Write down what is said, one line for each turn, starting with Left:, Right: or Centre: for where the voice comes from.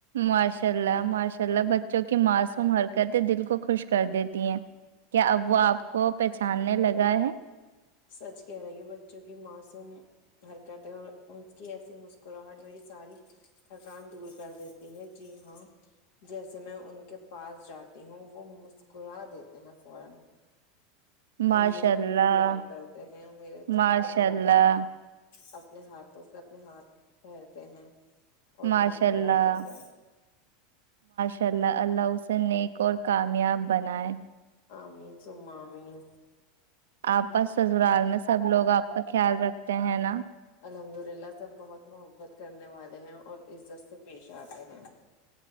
Right: ماشاء اللہ ماشاء اللہ بچوں کی معصوم حرکتیں دل کو خوش کر دیتی ہیں کیا اب وہ آپ کو پہچاننے لگا ہے
Left: سچھ کہہ رہی ہو بچوں کی معصوم حرکت ہے اور ان کی ایسی مسکراہٹ میری ساری تھکان دور کر دیتی ہے جی ہاں جیسے میں ان کے پاس جاتی مسکرا دیتے ہیں فورا
Right: ماشاء
Left: اور مجھے
Right: اللہ
Left: خوب پیار کرتے ہیں میرے چہرے
Right: ماشاء
Left: پہ
Right: اللہ
Left: اب اپنے ہاتھوں سے اپنے ہاتھ پٹہرتے ہیں اور
Right: ماشاء
Left: بہت
Right: اللہ
Left: پیار کرتے ہیں
Right: ان شاء اللہ اللہ اسسن نے ایک اور کامیاب بنائے
Left: آ مین سم مین
Right: آپ پاس سزرال میں سب لوگ آپ کا خیال رکھتے ہیں نا
Left: الحمد للہ سب بہت محبت کرنے والے ہیں اور عزت سے پیش آتے ہیں